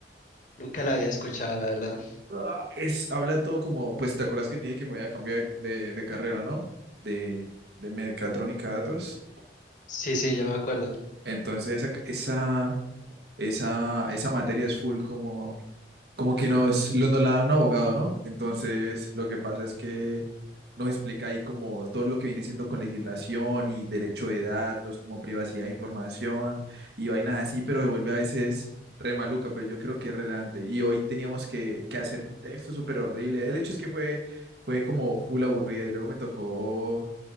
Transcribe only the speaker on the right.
Ah, Es, habla todo como, pues, ¿te acuerdas que te dije que me voy a cambiar de, de carrera, ¿no? De, de mecatrónica a datos.
Entonces, esa, esa, esa, esa materia es full como como que nos, lo- nos la da un abogado, ¿no? Entonces, lo que pasa es que nos explica ahí como todo lo que viene siendo con legislación y derecho de datos, como privacidad de información y vainas así, pero se vuelve a veces re maluca, pero yo creo que es relevante. Y hoy teníamos que, que hacer un texto súper horrible. El hecho es que fue, fue como full aburrida y luego me tocó,